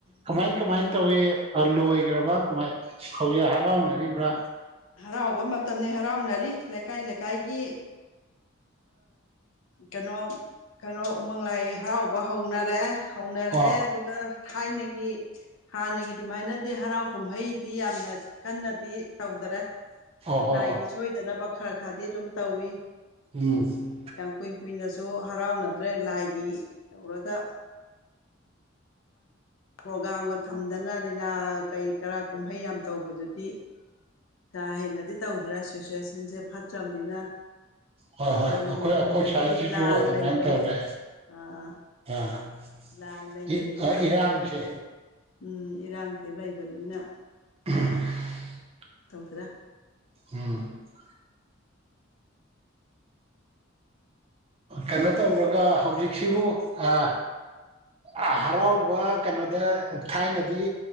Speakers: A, on the right (about 30°); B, on the left (about 85°).
A: ꯀꯃꯥꯏ ꯀꯃꯥꯏ ꯇꯧꯋꯤ ꯂꯣꯏꯈ꯭ꯔꯕꯥ ꯀꯃꯥꯏ ꯍꯧꯖꯤꯛ ꯍꯔꯥꯎꯅꯔꯤꯕ꯭ꯔꯥ
B: ꯍꯔꯥꯎꯕ ꯃꯇꯝꯅꯤ ꯍꯔꯥꯎꯅꯔꯤ ꯂꯩꯀꯥꯏ ꯂꯩꯀꯥꯏꯒꯤ ꯀꯩꯅꯣ ꯀꯩꯅꯣ ꯎꯃꯪ ꯂꯥꯏ ꯍꯔꯥꯎꯕ ꯍꯧꯅꯔꯦ ꯍꯧꯅꯔꯛꯑꯦ
A: ꯑꯣ
B: ꯑꯗꯨꯒ ꯊꯥꯏꯅꯒꯤ ꯍꯥꯟꯅꯒꯤ ꯑꯗꯨꯃꯥꯏꯅꯗꯤ ꯍꯔꯥꯎ ꯀꯨꯝꯍꯩꯗꯤ ꯌꯥꯝꯅ ꯀꯟꯅꯗꯤ ꯇꯧꯗꯔꯦ
A: ꯑꯣ ꯍꯣ
B: ꯂꯥꯏꯒꯤ ꯁꯣꯏꯗꯅꯕ ꯈꯔ ꯈꯔꯗꯤ ꯑꯗꯨꯝ ꯇꯧꯋ
A: <unintelligible>
B: ꯌꯥꯝ ꯀꯨꯏꯟ ꯀꯨꯏꯅꯁꯨ ꯍꯔꯥꯎꯅꯗ꯭ꯔꯦ ꯂꯥꯏꯒꯤ ꯇꯧꯔꯒ ꯄ꯭ꯔꯣꯒꯥꯝꯒ ꯊꯝꯗꯅ ꯂꯤꯂꯥ ꯀꯩ ꯀꯔꯥ ꯀꯨꯝꯍꯩ ꯌꯥꯝ ꯇꯧꯕꯗꯨꯗꯤ ꯀꯥ ꯍꯦꯟꯅꯗꯤ ꯇꯧꯗ꯭ꯔꯦ ꯁꯤꯆꯨꯋꯦꯁꯟꯁꯦ ꯐꯠꯇ꯭ꯔꯝꯅꯤꯅ
A: ꯍꯣꯏ ꯍꯣꯏ
B: ꯈꯣꯏ
A: ꯑꯩꯈꯣꯏ
B: ꯃꯅꯤꯄꯨꯔꯗꯗꯤ
A: ꯑꯩꯈꯣꯏ ꯁ꯭ꯋꯥꯏꯁꯤꯁꯨ
B: ꯂꯥꯟ
A: ꯑꯗꯨꯃꯥꯏꯅ
B: ꯂꯩꯕꯅꯤ
A: ꯇꯧꯔꯦ
B: ꯑꯥ
A: ꯑꯥ
B: ꯂꯥꯜ ꯂꯩꯕꯅꯤꯅ
A: ꯏ ꯏꯔꯥꯡꯁꯦ
B: ꯎꯝ ꯏꯔꯥꯡꯁꯦ ꯂꯩꯕꯅꯤꯅ
A: <inaudible>
B: ꯇꯧꯗ꯭ꯔꯦ
A: <inaudible> ꯀꯩꯅꯣ ꯇꯧꯔꯒ ꯍꯧꯖꯤꯛꯁꯤꯕꯨ ꯑ ꯑꯥ ꯍꯔꯥꯎꯕ ꯀꯩꯅꯣꯗ ꯊꯥꯏꯅꯗꯤ